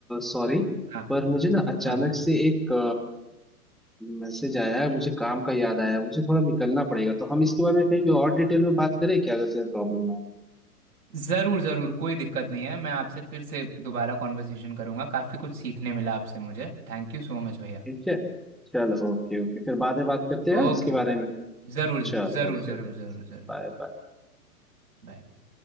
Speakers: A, in the centre; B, on the right (about 80°).
A: सॉरी
B: हाँ
A: पर मुझे ना अचानक
B: हाँ हाँ
A: से एक मैसेज आया है मुझे काम का याद आया मुझे थोड़ा निकलना पड़ेगा तो हम इसके बारे में कहीं भी और डिटेल में बात करें क्या अगर तुम्हें प्रॉब्लम ना हो तो,
B: ज़रूर ज़रूर कोई दिक्कत नहीं है मैं आपसे फिर से दोबारा कॉन्वर्सेशन करूँगा काफ़ी कुछ सीखने मिला आपसे मुझे थैंक यू सो मच भैया
A: ठीक है चलो ओके ओके फिर बाद में बात करते हैं हाँ,
B: ओके
A: इसके बारे में
B: ज़रूर ज़रूर
A: चलो ओके
B: ज़रूर ज़रूर ज़रूर
A: बाय बाय
B: Bye bye.